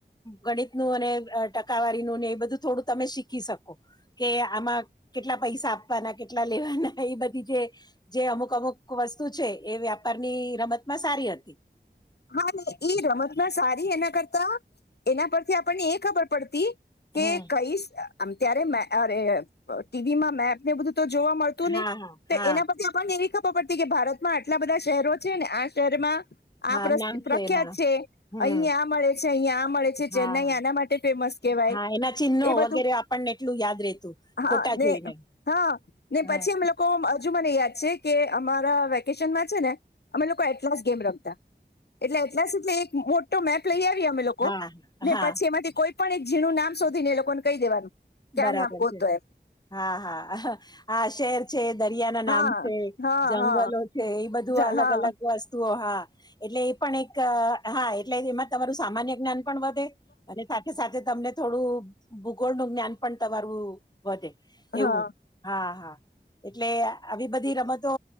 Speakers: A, on the left (about 20°); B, on the left (about 65°).
A: ગણિતનું અને ટકાવારીનું ને એ બધું થોડું તમે શીખી શકો કે આમાં કેટલા પૈસા આપવાના કેટલા લેવાના એ બધી જે જે અમુક અમુક વસ્તુ છે એ વ્યાપારની રમતમાં સારી હતી.
B: હા ને એ રમતમાં સારી એના કરતા એના પરથી આપણને એ ખબર પડતી
A: હમ
B: કે કઈશ અહ આમ ત્યારે મ આરે ટીવીમાં મેપ ને બધું તો જોવા મળતું
A: હા
B: નહી
A: હા હા
B: તો એના પછી આપણ ને એવી ખ તો પડતી કે ભારતમાં આટલા બધા શહેરો છે ને આ શહેરમાં આ
A: હા
B: પ્રશ્ન
A: નામ
B: પ્રખ્યાત
A: છે એના
B: છે
A: હમ
B: અહી આ મળે છે અહીં આ મળે છે
A: હા
B: ચેન્નાઈ આના માટે ફેમસ કેહેવાય
A: હા એના ચિહ્નો
B: એ બધું
A: વગેરે આપણને એટલું યાદ રેતું
B: હા
A: ફોટા
B: ને
A: જોઈને
B: હા ને
A: હ
B: પછી એમ લોકો હજુ મને યાદ છે કે અમારા વેકેશનમાં છે ને અમે લોકો એટલાસ ગેમ રમતા. એટલે એટલાસ એટલે એક સુધલે મોટો મેપ લઈ આ વે અમે લોકો
A: હા
B: ને
A: હા
B: પછી એમાંથી કોઈ પણ એક ઝીણું નામ શધી ને એ લોકો ને કહી દેવાનું. કે
A: બરાબર
B: આ નામ ગોતો
A: છે,
B: એમ
A: હા હા આ શહેર છે દરિયા ના
B: હા
A: નામ છે
B: હા
A: જંગલો
B: હા
A: છે, એ બધું
B: જ-
A: અલગ
B: હા
A: અલગ વસ્તુઓ હા. એટલે એ પણ એક હા એટલે એમાં તમારું સામાન્ય જ્ઞાન પણ વધે, અને સાથે સાથે તમને થોડું ભૂગોળ નું જ્ઞાન પણ તમારુ વધે, એવું
B: હા
A: હા હા. એટલે આવી બધી રમતો